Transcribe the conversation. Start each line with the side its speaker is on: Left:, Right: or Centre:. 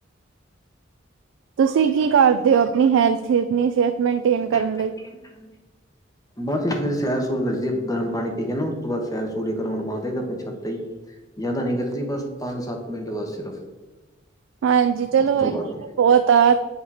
Right: ਤੁਸੀਂ ਕੀ ਕਰਦੇ ਹੋ, ਆਪਣੀ ਹੈਲਥਣੀ ਸਿਹਤ। ਮੇਨਟੇਨ ਕਰਨ
Left: ਮੇਨਟੇਨ
Right: ਲਈ
Left: ਕਰਨ ਦੇ। ਬਸ ਸਵੇਰੇ ਸੈਰ- ਸੁਰ ਕਰੀ ਦੀਏ ਗਰਮ ਪਾਣੀ ਪੀ ਕੇ ਨਾ, ਉਸ ਤੋਂ ਬਾਅਦ ਸੈਰ -ਸੂਰ ਇੱਕ ਰੋਂਡ ਬਦੇ ਆਪ ਛੱਤ। ਤੇ ਈ ਜ਼ਿਆਦਾ ਨਹੀਂ ਕਰੀਦੀ, ਬਸ ਪੰਜ ਸੱਤ ਮਿੰਟ ਬਾਦ ਸਿਰਫ।
Right: ਹਾਂਜੀ, ਚਲੋ
Left: ਉਸ ਤੋਂ
Right: ਇਹ
Left: ਬਾਅਦ
Right: ਬੋਤ ਆ